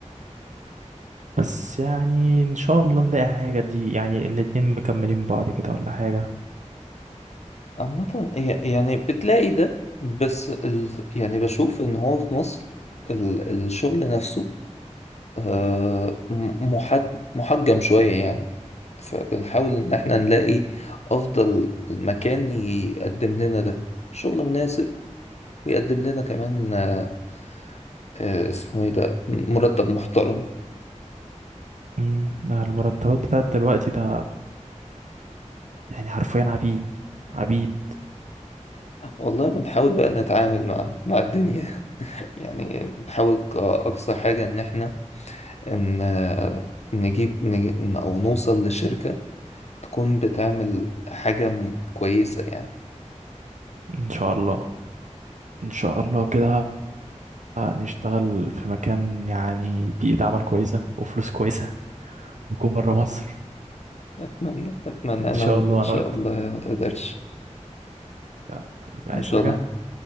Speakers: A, on the right; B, on the left.
A: بس يعني ان شاء الله نلاقي حاجة دي يعني الاتنين مكملين بعض كده ولا حاجة
B: عامة ي- يعني بتلاقي ده بس ال... يعني بشوف ان هو في مصر ال... الشغل نفسه آه، م- محد... محجم شوية يعني فبنحاول ان احنا نلاقي افضل مكان يقدم لنا ده شغل مناسب ويقدم لنا كمان آه، آه، اسمه ايه ده مرتب محترم
A: امم المرتبات بتاعت دلوقتي ده يعني حرفيا عبيد عبيد
B: والله بنحاول بقى نتعامل مع مع الدنيا <laughs> يعني بنحاول كأقصى حاجة ان احنا ان نجيب نجيب او نوصل لشركة تكون بتعمل حاجة م- كويسة يعني
A: ان شاء الله ان شاء الله كده نشتغل في مكان يعني بيئة عمل كويسة وفلوس كويسة نكون برا مصر
B: اتمنى اتمنى
A: ان
B: انا
A: شاء
B: وانت
A: الله
B: ان شاء
A: انا وانت
B: الله يا قدرش
A: يلا حبيبي، عايز
B: ان شاء
A: حاجة
B: الله